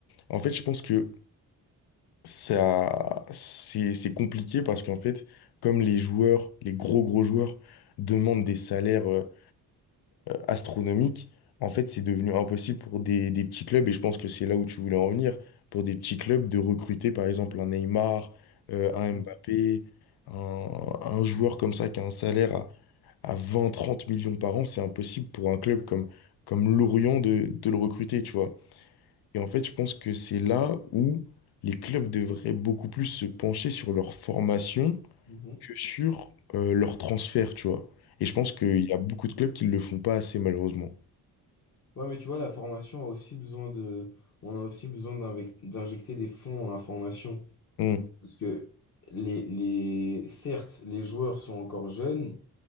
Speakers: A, on the left (about 65°); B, on the left (about 45°).
A: En fait, je pense que ça, c'est, c'est compliqué parce qu'en fait, comme les joueurs, les gros gros joueurs demandent des salaires euh, astronomiques, en fait, c'est devenu impossible pour des, des petits clubs, et je pense que c'est là où tu voulais en venir, pour des petits clubs de recruter par exemple un Neymar, euh, un
B: Mm.
A: Mbappé, un, un joueur comme ça qui a un salaire à, à 20-30 millions par an, c'est impossible pour un club comme, comme Lorient de, de le recruter, tu vois. Et en fait, je pense que c'est là où les clubs devraient beaucoup plus se pencher sur leur formation
B: Mhm.
A: que sur euh, leur transfert, tu vois. Et je pense qu'il y a beaucoup de clubs qui ne le font pas assez, malheureusement.
B: Ouais, mais tu vois, la formation a aussi besoin de, on a aussi besoin d'invec- d'injecter des fonds à la formation.
A: Mmh.
B: Parce que les, les, certes, les joueurs sont encore jeunes,